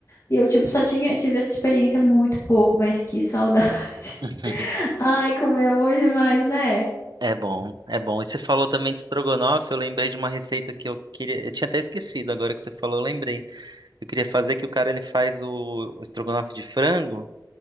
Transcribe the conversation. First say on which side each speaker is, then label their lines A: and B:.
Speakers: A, on the left; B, on the right.
A: e eu, tipo, só tinha, tive essa experiência muito pouco, mas que saudade.
B: <laughs>
A: <laughs> Ai, comer é bom demais, né?
B: É bom, é bom. E você falou também de estrogonofe, eu lembrei de uma receita que eu queria, eu tinha até esquecido, agora que você falou, eu lembrei. Eu queria fazer que o cara ele faz o, o estrogonofe de frango,